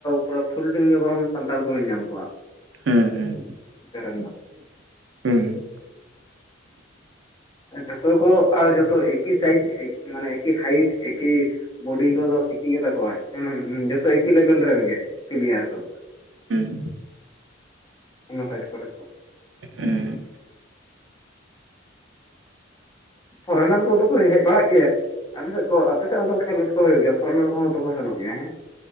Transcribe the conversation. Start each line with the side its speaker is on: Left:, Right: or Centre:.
Left: ᱯᱩᱨᱟᱹ ᱯᱷᱩᱞ ᱴᱤᱢ ᱜᱮ ᱵᱚᱨᱚᱢ ᱥᱟᱱᱛᱟᱲ ᱠᱚᱵᱮᱱ ᱧᱟᱢ ᱠᱚᱣᱟ᱾
Right: ᱦᱩᱸ ᱦᱩᱸ
Left: ᱚᱱᱛᱮ ᱨᱮᱱ ᱫᱚ
Right: ᱦᱩᱸ᱾
Left: ᱡᱚᱛᱚ ᱠᱚ ᱟᱨ ᱡᱚᱛᱚ ᱮᱠᱤ ᱥᱟᱭᱤᱡ ᱢᱟᱱᱮ ᱮᱠᱤ ᱦᱟᱭᱤᱴ ᱮᱠᱤ ᱵᱚᱰᱤ ᱠᱚᱫᱚ ᱜᱮ ᱛᱟᱠᱚᱣᱟ ᱦᱮᱸ ᱡᱚᱛᱚ ᱮᱠᱤ ᱞᱮᱵᱮᱞ ᱨᱮᱱ ᱜᱮ ᱯᱤᱞᱤᱭᱟᱨ ᱠᱚ᱾
Right: ᱦᱩᱸ᱾
Left: ᱚᱱᱟ ᱥᱟᱭᱤᱰ ᱠᱚᱨᱮ ᱫᱚ᱾
Right: ᱦᱩᱸ᱾
Left: ᱯᱷᱚᱨᱮᱱᱟᱨ ᱠᱚᱫᱚ ᱠᱚ ᱦᱮᱡ ᱵᱟᱲᱟᱜ ᱜᱮᱭᱟ᱾ ᱟᱯᱮ ᱥᱮᱫ ᱠᱚ ᱟᱯᱮ ᱥᱮᱫ ᱦᱚᱸ ᱫᱚ ᱠᱷᱮᱞᱳᱰ ᱠᱚ ᱦᱩᱭᱩᱜ ᱜᱮᱭᱟ ᱯᱷᱚᱨᱮᱨ ᱠᱚᱦᱚᱸ ᱛᱚᱠᱚ ᱥᱮᱱᱚᱜ ᱜᱮᱭᱟ ᱦᱮᱸ?